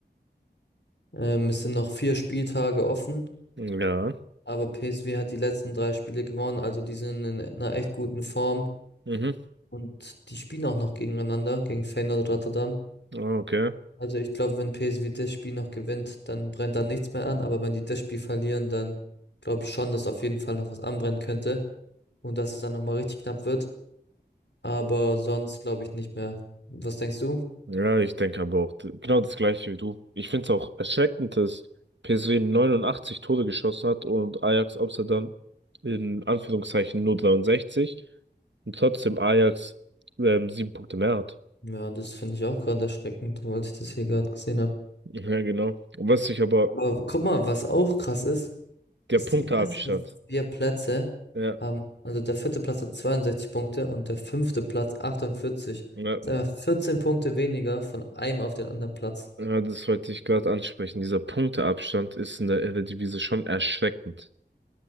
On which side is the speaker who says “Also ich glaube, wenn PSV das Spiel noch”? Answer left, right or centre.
Left